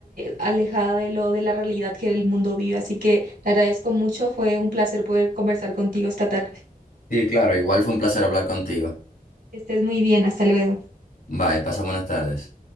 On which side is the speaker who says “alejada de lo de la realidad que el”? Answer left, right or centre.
Right